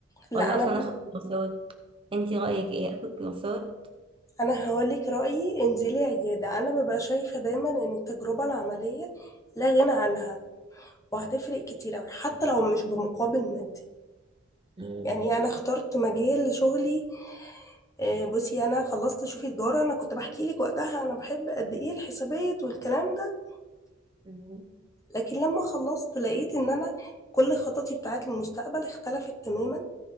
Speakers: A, on the left; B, on the right.
A: لا
B: ولا
A: انا
B: اصلا
A: ب...
B: اخد كورسات انتي رأيك ايه اخد كورسات
A: انا هقولك رايي انزلي عياده انا ببقى شايفه دايما ان التجربه العمليه لا غنى عنها وهتفرق كتير قوي حتى لو مش بمقابل مادي
B: مم.
A: يعني انا اخترت مجال لشغلي آه، بصي انا خلصت شوفي تجاره انا كنت بحكي لك وقتها انا بحب قد ايه الحسابات والكلام ده
B: مم.
A: لكن لما خلصت لقيت ان انا كل خططي بتاعت المستقبل اختلفت تماما